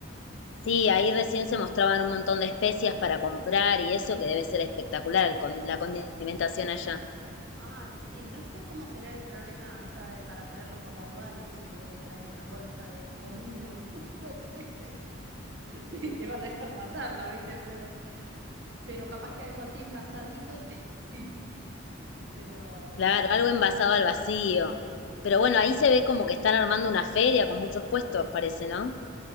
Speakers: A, on the left; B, on the right.
A: Sí, ahí recién se mostraban un montón de especias para comprar y eso que debe ser espectacular con la condimentación allá.
B: Ay, sí, no sé cómo será el problema, o sea, de- para traerlo por la aduana y eso, si vos traes una bolsa de comino, <laughs> no sé qué, <laughs> sí, te van a dejar pasarla, ¿viste? Pero, pero capaz que algo así envasadito, sí. <laughs> Pero
A: Claro,
B: mm,
A: algo envasado al vacío. Pero bueno, ahí se ve como que están armando una feria con muchos puestos, parece, ¿no?